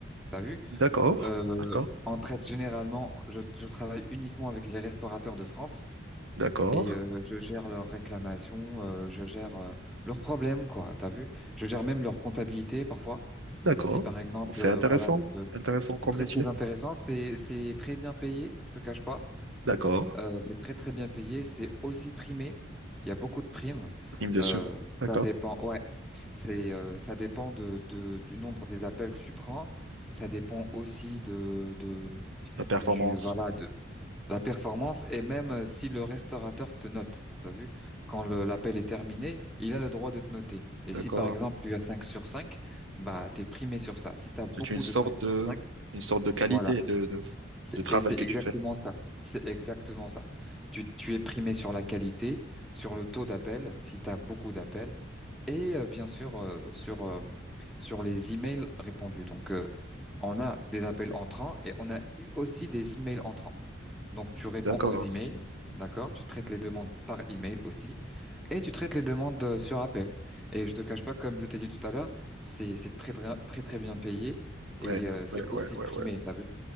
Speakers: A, in the centre; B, on the right (about 70°).
A: T'as vu?
B: D'accord,
A: Euh,
B: d'accord,
A: on traite généralement. Je, je travaille uniquement avec les restaurateurs de France.
B: d'accord,
A: Et euh, je gère leurs réclamations, euh, je gère euh, leurs problèmes, quoi, t'as vu? Je gère même leur comptabilité parfois.
B: d'accord.
A: Si par exemple,
B: C'est
A: euh,
B: intéressant,
A: voilà, donc euh,
B: c'est intéressant comme
A: c'est très
B: métier.
A: très intéressant, c'est c'est très bien payé, je te cache pas.
B: D'accord.
A: Euh, c'est très très bien payé, c'est aussi primé. Il y a beaucoup de primes.
B: Prime dessus.
A: Euh, ça
B: D'accord.
A: dépend, ouais, c'est euh, ça dépend de, de du nombre des appels que tu prends. Ça dépend aussi de de
B: La performance.
A: du voilà la performance, et même euh, si le restaurateur te note, t'as vu, quand le- l'appel est terminé, il a le droit de te noter. Et
B: D'accord.
A: si par exemple tu as cinq sur 5, bah t'es primé sur ça. Si tu as beaucoup
B: C'est une sorte
A: de 5 sur
B: de,
A: 5,
B: une sorte de qualité
A: voilà.
B: de, de,
A: C'est-
B: de travail
A: Et c'est
B: que
A: exactement
B: tu fais.
A: ça. C'est exactement ça. Tu, tu es primé sur la qualité, sur le taux d'appel, si tu as beaucoup d'appels, et euh, bien sûr euh, sur, euh, sur les emails répondus. Donc euh, on a des appels entrants et on a aussi des emails entrants. Donc, tu réponds
B: D'accord.
A: aux emails, d'accord? Tu traites les demandes par email aussi. Et tu traites les demandes euh, sur appel. Et je te cache pas, comme je t'ai dit tout à l'heure, c'est, c'est très, très, très, très bien payé. Et
B: Ouais,
A: euh, c'est
B: ouais,
A: aussi
B: ouais, ouais,
A: primé,
B: ouais.
A: t'as vu?